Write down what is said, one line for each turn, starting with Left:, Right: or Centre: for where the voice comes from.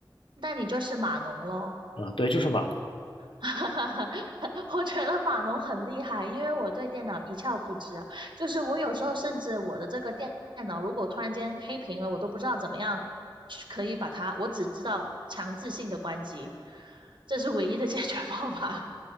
Right: 那你就是码农喽。
Left: 啊、对，就是码农。
Right: <laughs> 我觉得码农很厉害，因为我对电脑一窍不知。就是我有时候甚至我的这个电电脑如果突然间黑屏了，我都不知道怎么样去可以把它，我只知道强制性的关机，这是唯一的解决方法。